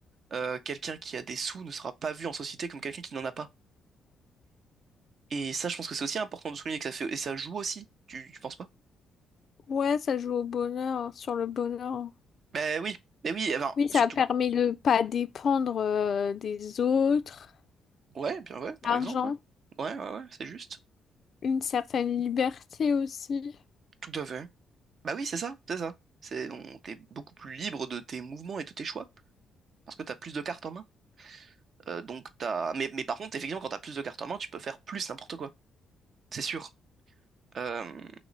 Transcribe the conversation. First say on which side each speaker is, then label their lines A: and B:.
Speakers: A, on the right (about 50°); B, on the left (about 50°).
A: Euh, quelqu'un qui a des sous ne sera pas vu en société comme quelqu'un qui n'en a pas. Et ça, je pense que c'est aussi important de souligner que ça fait, et ça joue aussi. Tu, tu penses pas?
B: Ouais, ça joue au bonheur, sur le bonheur.
A: Ben oui, ben oui, eh ben,
B: Oui, ça
A: surtout,
B: permet de pas dépendre, euh, des autres.
A: Ouais, bien ouais, par
B: L'argent,
A: exemple, ouais. Ouais, ouais, ouais, c'est juste.
B: une certaine liberté aussi.
A: Tout à fait. Bah oui, c'est ça, c'est ça. C'est, on, t'es beaucoup plus libre de tes mouvements et de tes choix, parce que t'as plus de cartes en main. Euh, donc t'as... Mais, mais par contre, effectivement, quand t'as plus de cartes en main, tu peux faire plus n'importe quoi, c'est sûr. Euh,